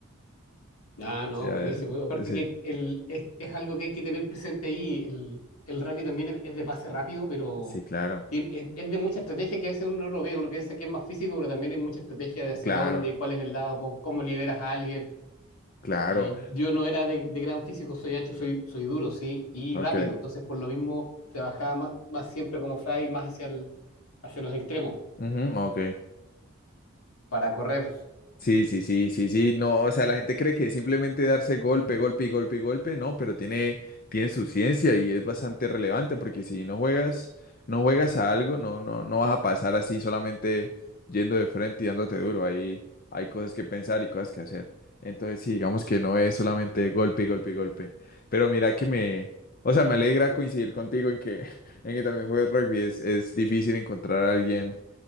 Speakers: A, on the left; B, on the left.
A: Ah, no,
B: O eh,
A: buenísimo. Aparte
B: sí,
A: que el, es, es algo que hay que tener presente ahí. El, el rugby también es, es de pase rápido, pero
B: sí, claro,
A: tiene- es, es de mucha estrategia que a veces uno no lo ve. Uno piensa que es más físico, pero también hay mucha estrategia de hacia
B: claro,
A: dónde, cuál es el lado, cómo, cómo liberas a alguien.
B: claro.
A: Eh, yo no era de, de gran físico, soy ancho, soy, soy duro, sí, y
B: Ok.
A: rápido. Entonces, por lo mismo, trabajaba más, más siempre como fly, más hacia el- hacia los extremos
B: Ujú, ok.
A: para correr.
B: Sí, sí, sí, sí, sí, no, o sea, la gente cree que es simplemente darse golpe, golpe y golpe y golpe, no, pero tiene, tiene su ciencia y es bastante relevante porque si no juegas, no juegas a algo, no, no, no vas a pasar así solamente yendo de frente y dándote duro, ahí hay cosas que pensar y cosas que hacer. Entonces, sí, digamos que no es solamente golpe y golpe y golpe, pero mira que me, o sea, me alegra coincidir contigo en que, <laughs> en que también juegas rugby, es, es difícil encontrar a alguien